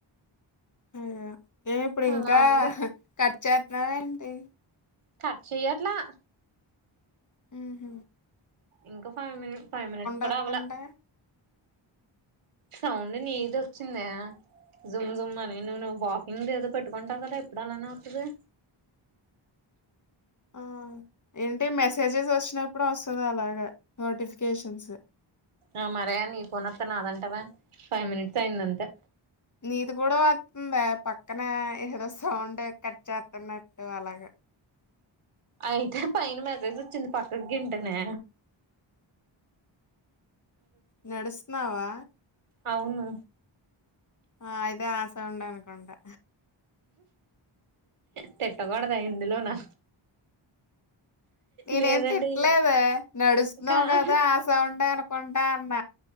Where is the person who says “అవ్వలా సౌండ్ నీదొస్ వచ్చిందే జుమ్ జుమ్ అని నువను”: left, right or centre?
Right